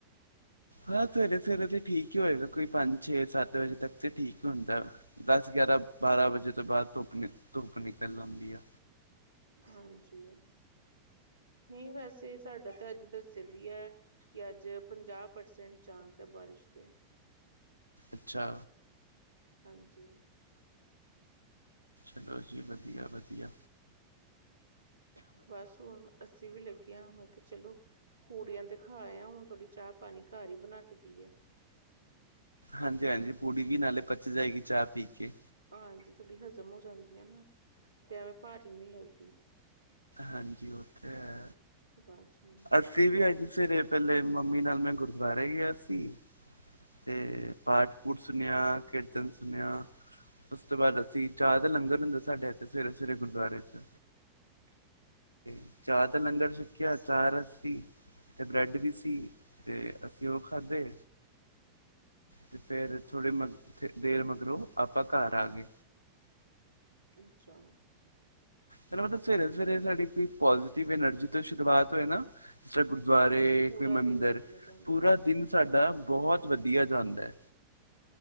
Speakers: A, on the left; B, on the right.
A: ਹਾਂ ਸਵੇਰੇ ਸਵੇਰੇ ਤੇ ਠੀਕ ਹੀ ਹੋਏਗਾ ਕੋਈ ਪੰਜ ਛੇ ਸੱਤ ਵਜੇ ਤੱਕ ਤੇ ਠੀਕ ਹੁੰਦਾ। ਦਸ ਗਿਆਰਾਂ ਬਾਰਾਂ ਵਜੇ ਤੋਂ ਬਾਅਦ ਧੁੱਪ ਧੁੱਪ ਨਿਕਲ ਆਉਂਦੀ ਆ।
B: ਹਾਂਜੀ। ਨਹੀਂ ਵੈਸੇ ਸਾਡਾ ਤਾਂ ਅੱਜ ਦੱਸਿਆ ਵੀ ਹੈ। ਕਿ ਅੱਜ ਪੰਜਾਹ ਪਰਸੈਂਟ ਚਾਂਸ ਹੈ ਬਾਰਿਸ਼ ਦੇ।
A: ਅੱਛਾ।
B: ਹਾਂਜੀ।
A: ਚਲੋ ਜੀ ਵਧੀਆ, ਵਧੀਆ।
B: ਬਸ ਹੁਣ ਅੱਸੀ ਵੀ ਲੱਗਿਆ ਮੈਂ ਕਿਹਾ ਚਲੋ ਪੂੜੀਆਂ ਤੇ ਖਾ ਆਏ ਹੁਣ ਥੋੜ੍ਹੀ ਚਾਹ ਪਾਣੀ ਘਰ ਹੀ ਬਣਾ ਕੇ ਪੀਏ।
A: ਹਾਂਜੀ, ਹਾਂਜੀ ਪੂੜੀ ਵੀ ਨਾਲੇ ਪਚ ਜਾਏਗੀ ਚਾਹ ਪੀ ਕੇ
B: ਹਾਂਜੀ ਥੋੜੀ ਹਜ਼ਮ ਹੋ ਜਾਂਦੀ ਆ ਨਾ ਤੇ ਐਵੇਂ ਭਾਰੀ ਨੀ ਲੱਗਦੀ।
A: ਹਾਂਜੀ ਓ ਤੇ ਹੈ।
B: ਬਸ ਹੁਣ
A: ਅਸੀਂ ਵੀ ਅੱਜ ਸਵੇਰੇ ਪਹਿਲੇ ਮੰਮੀ ਨਾਲ ਮੈਂ ਗੁਰਦੁਆਰੇ ਗਿਆ ਸੀ।
B: ਹਾਂ <unintelligible>
A: ਤੇ ਪਾਠ ਪੁਠ ਸੁਣਿਆ ਕੀਰਤਨ ਸੁਣਿਆ। ਉਸ ਤੋਂ ਬਾਅਦ ਅਸੀਂ ਚਾਹ ਦਾ ਲੰਗਰ ਹੁੰਦਾ ਸਾਡੇ ਇੱਥੇ ਸਵੇਰੇ ਸਵੇਰੇ ਗੁਰਦੁਆਰੇ ਚ
B: ਹਾਂ <unintelligible>
A: ਤੇ ਚਾਹ ਦਾ ਲੰਗਰ ਚੂਕਿਆ ਚਾਹ ਰਸ ਸੀ ਤੇ ਬ੍ਰੈਡ ਵੀ ਸੀ। ਤੇ ਅਸੀਂ ਉਹ ਖਾਧੇ ਤੇ ਫੇਰ ਥੋੜੇ ਮ ਫੇਰ ਦੇਰ ਮਗਰੋਂ ਆਪਾਂ ਘਰ ਆ ਗਏ।
B: ਅੱਛਾ।
A: ਚਲੋ ਮਤਲਬ ਸਵੇਰੇ ਸਵੇਰੇ ਸਾਡੀ ਕੋ ਪੋਜ਼ਟਿਵ ਐਨਰਜੀ ਤੋਂ ਸ਼ੁਰੂਆਤ ਹੋਏ ਨਾ ਚੇ ਗੁਰਦੁਆਰੇ
B: ਹਾਂਜੀ ਪੂਰਾ
A: ਕੋਈ ਮੰਦਿਰ
B: ਦਿਨ ਵਧੀਆ ਜਾਂਦਾ
A: ਪੂਰਾ
B: ਹੈ।
A: ਦਿਨ ਸਾਡਾ ਬਹੁਤ ਵਧੀਆ ਜਾਂਦਾ ਹੈ।